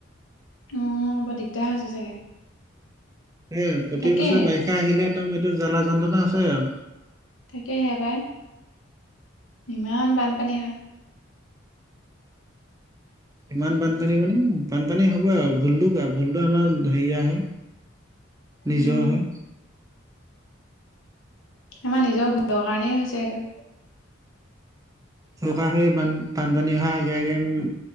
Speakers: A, on the left (about 75°); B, on the right (about 15°).
A: অঁ বৰ দিগদাৰ হৈছে চাগে।
B: অ প্ৰতি
A: তাকেহে
B: বছৰে বাৰিষা আহিলে, একদম এইটো জ্বালা যন্ত্ৰণা আছে আৰু।
A: তাকেহে পাই, ইমান বানপানী হয়।
B: ইমান বানপানী মানে, বানপানী হবই আৰু ভুলতো কাৰ ভুলতো আমাৰ হেৰিয় হয়। নিজৰ
A: উম
B: হে,
A: আমাৰ নিজৰ ভুলৰ কাৰণেই হৈছে এইটো।
B: চৌকা হৈ বান বানপানী অহাৰ আগে আগে উম।